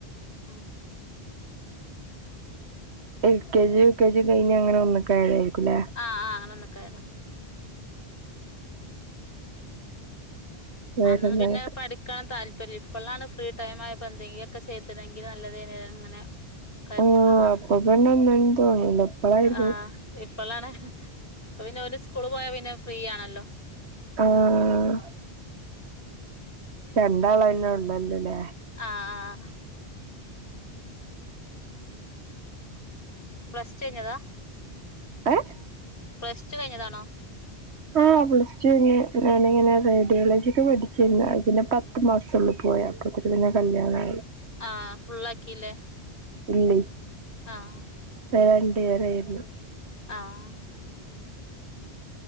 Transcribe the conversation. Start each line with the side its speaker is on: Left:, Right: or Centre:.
Left: ഉം
Right: L K G U K G ഒക്കെ കഴിഞ്ഞ് അങ്ങനെ ഒന്ന് ക്കായതായിരിക്കുലേ.
Left: ആഹ് ആഹ് അങ്ങനെ ഒന്നിക്കായതാ.
Right: വേറെന്താ
Left: അന്നൊന്നും പിന്നെ
Right: എന്നിട്ട്
Left: പഠി ക്കാൻ താല്പര്യം ഇപ്പളാണ് ഫ്രീ ടൈം ആയപ്പം എന്തെങ്കിലൊക്കെ ചെയ്തിണെങ്കില് നല്ലതേനി ന്ന് ങ്ങനെ കര്താ.
Right: ആഹ് അപ്പൊ പിന്നെ
Left: ഉം.
Right: ഒന്നിനും തോന്നൂല ഇപ്പളായിരിക്കും
Left: ആഹ് ഇപ്പളാണ്. ഇപ്പപിന്നെ ഓല് സ്കൂള് പോയാ പിന്നെ ഫ്രീ ആണല്ലോ.
Right: ആഹ് രണ്ടാളന്നെ ഒള്ളൊല്ലൊലേ.
Left: ആഹ് ആഹ്. ബ്ലസ് ടു കഴിഞ്ഞതാ?
Right: ഏഹ്?
Left: പ്ലസ് ടു കഴിഞ്ഞതാണോ?
Right: ആഹ് പ്ലസ് ടു കഴിഞ് ഞാനിങ്ങനെ റേഡിയോളജിക് പഠി ച്ചീന്ന്. അത് പിന്നെ പത്ത് മാസൊള്ളു പോയെ അപ്പോത്ത്ക്കും പിന്നെ കല്യാണായി.
Left: ആഹ് ഫുള്ളാകില്ലേ?
Right: ഇല്ലേയ്
Left: ആഹ്.
Right: പെ രണ്ടി ഇയറേയ്ര്ന്നു.
Left: ആഹ്